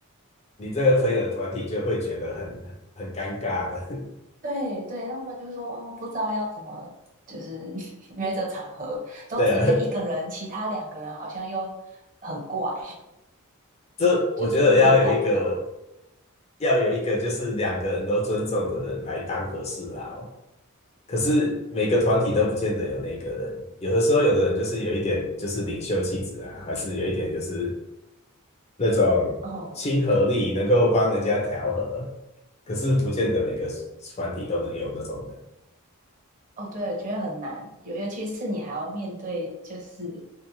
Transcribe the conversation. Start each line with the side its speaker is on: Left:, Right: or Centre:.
Left: 你这个朋友的团体就会觉得很很尴尬的。<laughs>
Right: 对对，他们就说，哦，不知道要怎么，就是 <laughs> 约这场合，都只约一个人，
Left: 对啊，
Right: 其他两个人好像又很怪，
Left: 这我觉得要有一个
Right: <laughs> 就是很尴尬。
Left: 要有一个就是两个人都尊重的人来当和事佬。可是每个团体都不见得有那个人，有的时候有的人就是有一点就是领袖气质啊，还是有一点就是那种亲和力，
Right: 哦
Left: 能够帮人家调和。可是不见得每个团体都能有那种人。
Right: 哦，对，我觉得很难，尤尤其是你还要面对就是